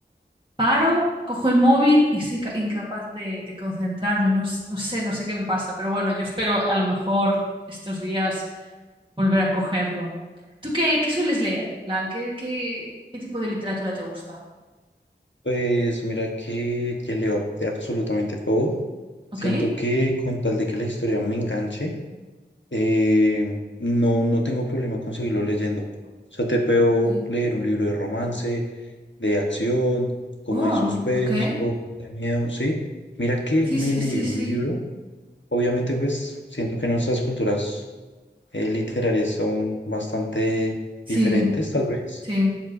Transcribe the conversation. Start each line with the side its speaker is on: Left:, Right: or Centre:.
Right: paro, cojo el móvil y soy ca- incapaz de, de concentrarme, no, s- no sé, no sé qué me pasa, pero bueno, yo espero a lo mejor estos días volver a cogerlo. ¿Tú qué, qué sueles leer? En plan, ¿qué, qué, qué tipo de literatura te gusta?
Left: Pues mira que, que leo de absolutamente todo.
Right: Ok.
Left: Siento que con tal de que la historia me enganche, eh, no, no tengo problema con seguirlo leyendo. O sea, te puedo
Right: Ok.
Left: leer un libro de romance, de acción, como
Right: Oh,
Left: de suspenso,
Right: ok.
Left: de miedo, ¿sí? Mira que
Right: Sí,
Left: me
Right: sí,
Left: leí
Right: sí, sí.
Left: un libro Obviamente, pues siento que nuestras culturas eh, literarias son bastante
Right: Sí,
Left: diferentes, tal vez.
Right: sí.